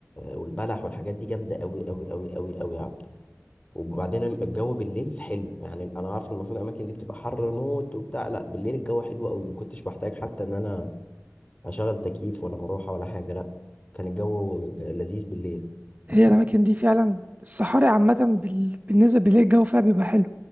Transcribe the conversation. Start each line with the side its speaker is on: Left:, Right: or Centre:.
Left: والبلح والحاجات دي جامدة قوي قوي قوي قوي قوي وبعدين الجو بالليل حلو يعني انا عارف المفروض الاماكن دي بتبقى حر موت وبتاع لا بالليل الجو حلو قوي ما كنتش بحتاج حتى ان انا اشغل تكييف ولا مروحه ولا حاجه لا كان الجو لذيذ بالليل
Right: هي الأماكن دي فعلا الصحاري عامة بال... بالنسبة بالليل الجو فيها بيبقى حلو